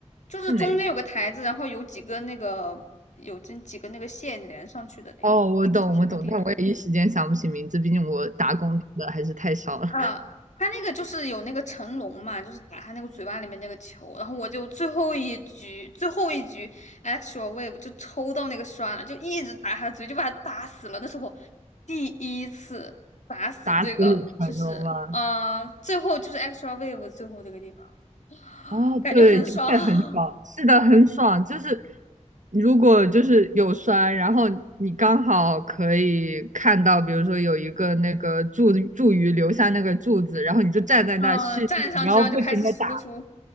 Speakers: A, on the left; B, on the right.
A: 就是中间有个台子，
B: 是哪个
A: 然后有几个那个有这几个那个线连上去的那个叫什么地图？
B: 哦，我懂，我懂，但我也一时间想不起名字，毕竟我打工打的还是太少了，
A: 啊，他那个就是有那个成龙嘛，就是打他那个嘴巴里面那个球，然后我就最后一局最后一局 extra wave 就抽到那个栓了，就一直打他的嘴，就把他打死了。那是我第一次打死这个，
B: <laughs> 打死蠢龙吗？
A: 就是呃，最后就是 extra wave 最后这个地方，<gasps>
B: 啊，
A: 感觉很爽。
B: 对，的确很爽，
A: <laughs>
B: 是的，很爽。就是如果就是有摔，然后你刚好可以看到，比如说有一个那个柱柱鱼留下那个柱子，然后你就站在那蓄力，
A: 嗯、站上去然后就开始输出，
B: 然后不停的打，